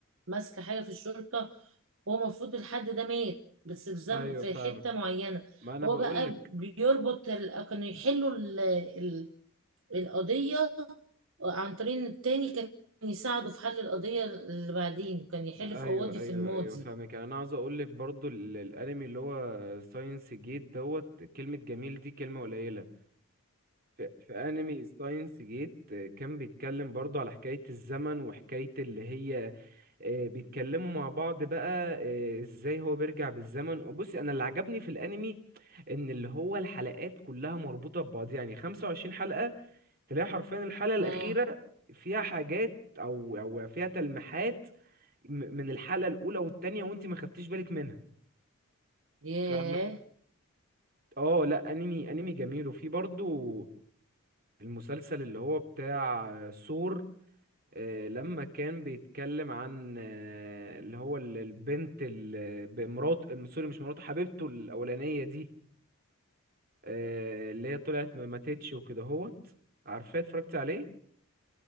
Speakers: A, on the right; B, on the right.
A: ماسكة حاجة في الشرطة وهو المفروض الحد ده مات بس في زم...
B: ايوه
A: في
B: فاهمك
A: حتة معينة
B: ما انا
A: هو
B: بقولك
A: بقى بيربط ال... كانوا يحلوا ال... ال... القضية عن طريق إن التاني كان يساعده في حل القضية اللي بعدين كان يحل
B: ايوه
A: في قواضي
B: ايوه
A: في الماضي
B: ايوه فاهمك يعني انا عاوز اقولك برضو ال- الانمي اللي هو ساينس جيت دوت كلمة جميل دي كلمة قليلة في, في انمي ساينس جيت آه، كان بيتكلم برضو على حكاية الزمن وحكاية اللي هي آه، بيتكلموا مع بعض بقى آه، ازاي هو بيرجع بالزمن وبصي انا اللي عجبني في الانمي ان اللي هو الحلقات كلها مربوطة ببعض يعني 25 حلقة تلاقي حرفيا الحلقة الأخيرة
A: اه
B: فيها حاجات أو أو فيها تلميحات م- من الحلقة الأولى والتانية وأنت ما خدتيش بالك منها
A: ياه
B: فما اه لا أنمي أنمي جميل وفي برضو المسلسل اللي هو بتاع سور آه، لما كان بيتكلم عن آه، اللي هو ال- البنت ال- ب- مرات آه، سوري مش مراته حبيبته الأولانية دي آه، اللي هي طلعت ما ماتتش وكده هوت عارفاه اتفرجت عليه